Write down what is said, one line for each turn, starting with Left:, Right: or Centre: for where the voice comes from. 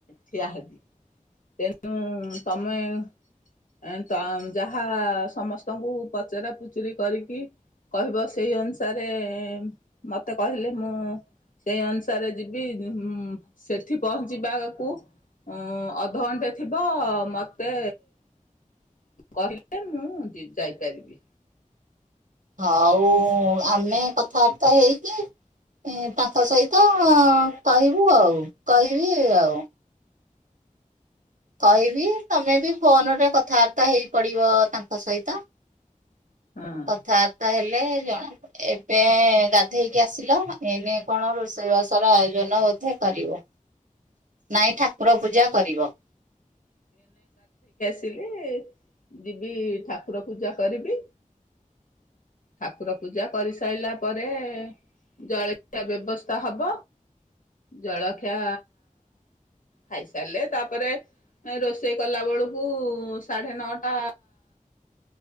Left: ଠିଆ ହେବି। ତେଣୁ ତମେ ଏ ତ, ଯାହା ସମସ୍ତଙ୍କୁ ପଚରା ପୁଚୁରି କରିକି କହିବ ସେଇ ଅନୁସାରେ ମତେ କହିଲେ, ମୁଁ ସେଇ ଅନୁସାରେ ଯିବି, ଉମ୍ ସେଠି ପହଞ୍ଚିବା ଆଗକୁ ଉଁ ଅଧଘଣ୍ଟେ ଥିବ ମତେ କହିଲେ, ମୁଁ ଯି ଯାଇପାରିବି।
Right: ହଉ ଆମେ କଥାବାର୍ତ୍ତା ହେଇକି ତାଙ୍କ ସହିତ କହିବୁ ଆଉ, କହିବି ଆଉ। କହିବି, ତମେ ବି ଫୋନ ରେ କଥାବାର୍ତ୍ତା ହେଇ ପଡିବ ତାଙ୍କ ସହିତ।
Left: ହଁ
Right: କଥାତ୍ ତାହେଲେ, ଜଣ ଏବେ ଗାଧେଇକି ଆସିଲ ଏଇନେ କଣ ରୋଷେଇବାସର ଆୟୋଜନ ନ ବୋଧେ କରିବ। ନାଇଁ ଠାକୁର ପୂଜା କରିବ।
Left: ଥିଲେ ଯିବି ଠାକୁର ପୂଜା କରିବି ଠାକୁର ପୂଜା କରିସାଇଲା ପରେ ଜଳଖିଆ ବ୍ୟବସ୍ଥା ହବ ଜଳଖିଆ ଖାଇସାରିଲେ ତାପରେ ରୋଷେଇ କଲା ବେଳକୁ ସାଢ଼େ ନଅଟା